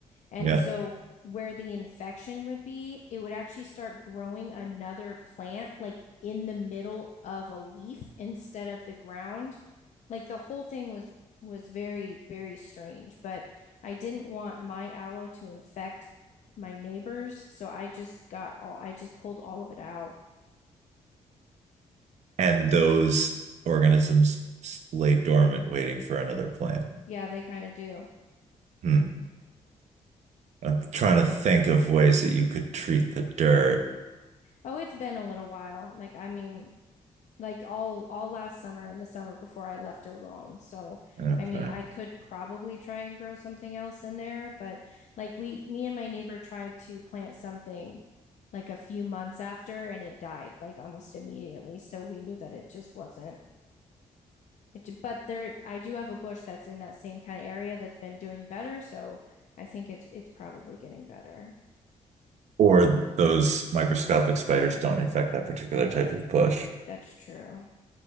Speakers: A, on the left (about 65°); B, on the right (about 65°).
A: and
B: Yeah,
A: so where the infection would be, it would actually start growing another plant like in the middle of a leaf instead of the ground. Like the whole thing was was very very strange, but I didn't want my aloe to infect my neighbors. So I just got all, I just pulled all of it out.
B: and those organisms s- lay dormant, waiting for another plant.
A: Yeah, they kind of do.
B: Hmm. I'm trying to think of ways that you could treat the dirt.
A: Oh, it's been a little while. Like, I mean, like all all last summer and the summer before I left alone. So,
B: Okay,
A: I mean, I could probably try and grow something else in there, but like we, me and my neighbor tried to plant something like a few months after and it died like almost immediately. So we knew that it just wasn't It, but there, I do have a bush that's in that same kind of area that's been doing better, so I think it's it's probably getting better.
B: or those microscopic spiders don't infect that particular type of bush.
A: That's true.